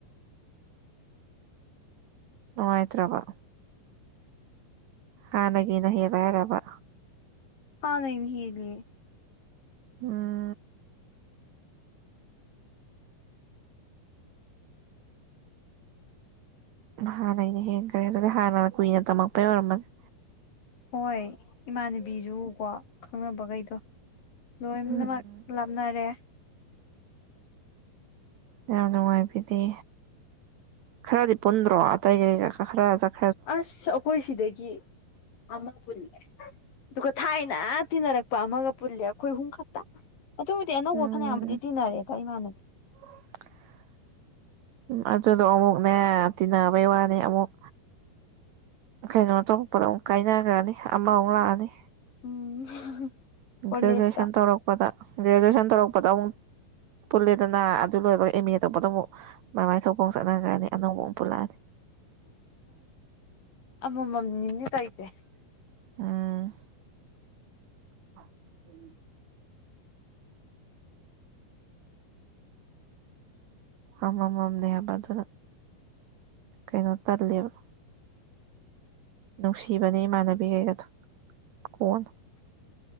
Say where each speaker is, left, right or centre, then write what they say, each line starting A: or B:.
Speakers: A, on the right; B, on the left.
A: ꯅꯨꯡꯉꯥꯏꯇ꯭ꯔꯕ ꯍꯥꯟꯅꯒꯤꯅ ꯍꯦꯜꯂꯦ ꯍꯥꯏꯔꯕ
B: ꯍꯥꯟꯅꯒꯤꯅ ꯍꯦꯜꯂꯦ
A: ꯎꯝ ꯍꯥꯟꯅꯩꯅ ꯍꯦꯟꯈ꯭ꯔꯦ ꯑꯗꯨꯗꯤ ꯍꯥꯟꯅ ꯀꯨꯏꯅ ꯇꯝꯃꯛꯄꯩ ꯑꯣꯏꯔꯝꯃꯅꯤ
B: ꯍꯣꯏ ꯏꯃꯥꯟꯅꯕꯤꯁꯨ ꯀꯣ ꯈꯪꯅꯕꯈꯩꯗꯣ ꯂꯣꯏꯅꯃꯛ
A: ꯎꯝ
B: ꯂꯥꯞꯅꯔꯦ
A: ꯌꯥꯝ ꯅꯨꯡꯉꯥꯏꯕꯤꯗꯤ ꯈꯔꯗꯤ ꯄꯨꯟꯗ꯭ꯔꯣ ꯑꯇꯩ ꯒꯩꯒ ꯈꯔ ꯆꯠ
B: ꯑꯁ ꯑꯩꯈꯣꯏ ꯁꯤꯗꯒꯤ ꯑꯃ ꯄꯨꯜꯂꯦ ꯑꯗꯨꯒ ꯊꯥꯏꯅ ꯇꯤꯟꯅꯔꯛꯄ ꯑꯃꯒ ꯄꯨꯜꯂꯦ ꯑꯩꯈꯣꯏ ꯍꯨꯝ ꯈꯛꯇ ꯑꯗꯨꯕꯨꯗꯤ ꯑꯅꯧꯕ
A: ꯎꯝ
B: ꯐꯅꯌꯥꯝ ꯕꯨꯗꯤ ꯇꯤꯟꯅꯔꯦꯗ ꯏꯃꯥꯟꯅꯕꯤ
A: <inaudible> ꯑꯗꯨꯗꯣ ꯑꯃꯨꯛꯅꯦ ꯇꯤꯟꯅꯕꯩ ꯋꯥꯅꯦ ꯑꯃꯨꯛ ꯀꯩꯅꯣ ꯇꯧꯔꯛꯄꯗꯣ ꯑꯃꯨꯛ ꯀꯥꯏꯅꯈ꯭ꯔꯅꯤ ꯑꯃꯃꯨꯛ ꯂꯥꯛꯑꯅꯤ
B: ꯎꯝ ꯀꯣꯂꯦꯖꯇ
A: ꯒ꯭ꯔꯦꯖꯨꯑꯦꯁꯟ ꯇꯧꯔꯛꯄꯗ ꯒ꯭ꯔꯦꯖꯨꯑꯦꯁꯟ ꯇꯧꯔꯛꯄꯗ ꯑꯃꯨꯛ ꯄꯨꯜꯂꯦꯗꯅ ꯑꯗꯨ ꯂꯣꯏꯔꯒ ꯑꯦꯝ ꯑꯦ ꯇꯧꯕꯗ ꯑꯃꯨꯛ ꯃꯃꯥꯏ ꯊꯣꯛꯄ ꯑꯃ ꯆꯠꯅꯈ꯭ꯔꯅꯤ ꯑꯅꯧꯕ ꯑꯃꯨꯛ ꯄꯨꯜꯂꯛꯑꯅꯤ
B: ꯑꯃꯃꯝ ꯅꯤꯅꯦ ꯇꯩꯖꯦ
A: ꯎꯝ <inaudible> ꯑꯃꯃꯝꯅꯦ ꯍꯥꯏꯕ ꯑꯗꯨꯅ ꯀꯩꯅꯣ ꯇꯜꯂꯦꯕ꯫ ꯅꯨꯡꯁꯤꯕꯅꯦ ꯏꯃꯥꯟꯅꯕꯤꯒꯩꯒꯗꯣ ꯀꯣꯟꯅ